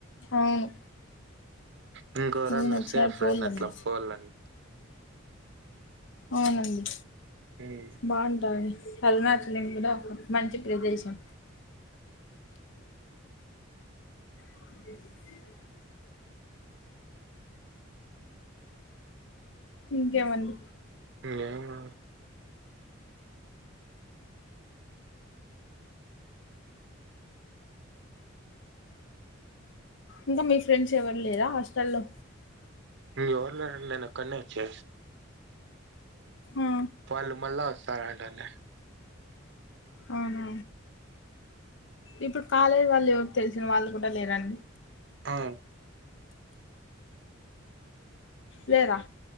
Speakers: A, on the left (about 65°); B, on the right (about 60°).
A: అవును
B: మ్ ఇంకొవారున్న
A: అవును
B: వేస్తే
A: ఒకసారి
B: ఫ్రెండ్
A: పోలేము
B: అట్ల పోవాలండి
A: అవునండి
B: ఉమ్
A: బావుంటాది హల్మాట్లిం కూడా ఒక మంచి ప్రదేశం <inaudible> ఇంకేమండి
B: ఏంలేదు
A: ఇంక మీ ఫ్రెండ్స్ ఎవరు లేదా హాస్టల్లో
B: ఎవరంలేరాండి నేను ఒక్కనే వచ్చే
A: ఆ
B: వాళ్ళు మళ్లీ వస్ ఆట అండి
A: అవునా ఇప్పుడు కాలేజ్ వాళ్ళు తెలిసిన వాళ్ళు కూడా లేరాండి
B: ఆ
A: లేేరా